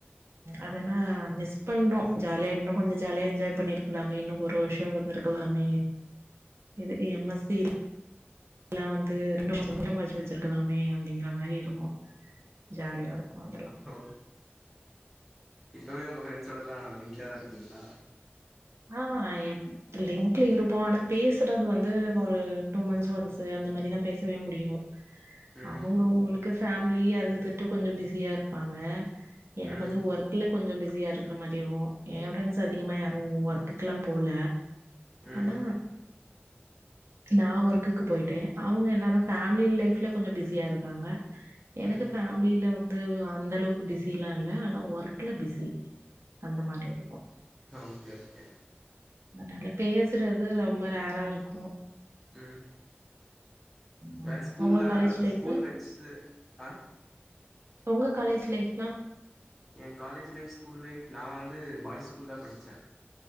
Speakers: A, on the right; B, in the centre.
A: அதெனா மிஸ் பண்றோ ஜாலியா இன்னு கொஞ்ச ஜாலியா என்ஜாய் பண்ணிருக்லாமே இன்னு ஒரு வருஷ இருந்ருக்கலா மே எதுக்கு எம் எஸ் சி எல்லா வந்து ரண்டு வருஷங்றத மூணு வருஷ வச்சிருக்லாமே அப்டிங்ற மாரி இருக்கு ஜாலியா இருக்கு அது
B: ஓ இப்பவே உங்க ஃப்ரெண்ட்ஸோடலா லிங்க்லதா இருக்கிங்ளா
A: ஆ எப் லிங்க்ல இருப்போ ஆனா பேசுறது வந்து ஒரு டூ மந்த்ஸ் ஒன்ஸு அந்த மாரிதா பேசவே முடியு
B: ம்
A: அவங்கவுங்ளுக்கு ஃபேமிலி அது இதுன்ட்டு கொஞ்ச பிஸியா இருப்பாங்க எனக்கு
B: ம்
A: வந்து ஒர்க்ல கொஞ்ச பிஸியா இருக்ற மாரி இருக்கு எ ஃப்ரெண்ட்ஸ் அதிகமா யார் உ ஒர்க்குக்லா போல
B: ம்
A: ஆனா நா ஒர்க்குக்கு போயிட்டே அவுங்க எல்லாரு ஃபேமிலி லைஃப்ல கொஞ்ச பிஸியா இருக்காங்க எனக்
B: ம்
A: கு ஃபேமிலில வந்து அந்தளவுக்கு பிஸிலா இல்ல ஆனா ஒர்க்ல பிஸி அந்த மாரி இருக்கு
B: ஓகே ஓகே
A: அதனால பேசறது ரொம்ப ரேரா இருக்கு
B: ம்
A: ம்
B: வேற ஸ்கூல்லா
A: உங்க காலேஜ் லைஃப்
B: ஸ்கூல் வச்சு ஆ
A: உங்க காலேஜ் லைஃப்லா
B: எ காலேஜ் லைஃப் ஸ்கூல் லைஃப் நா வந்து பாய்ஸ் ஸ்கூல் தா படிச்ச